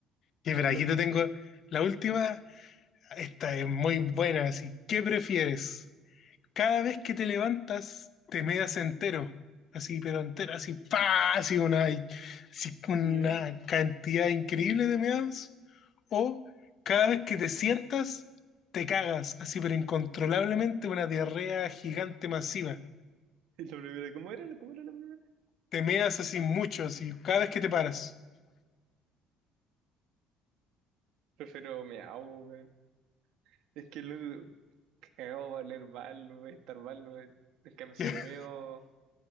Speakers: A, on the left; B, on the right.
A: Y
B: A
A: mira,
B: ver la
A: aquí
B: tuya.
A: te tengo la última Esta es muy buena, así. ¿Qué prefieres? Cada vez que te levantas, te meas entero. Así, pero entero, así, pa, así una, así una
B: Ya.
A: cantidad increíble de meados. O cada vez que te sientas, te cagas, así, pero incontrolablemente una diarrea gigante masiva.
B: ¿Y la primera? ¿Cómo era? ¿Cómo era la primera?
A: Te meas así mucho, así, cada vez que te paras. <laughs>
B: Prefiero meao, weón. Es que luego cagado va a leer mal, no voy a estar mal, weón. Es que si
A: Ya
B: me meo.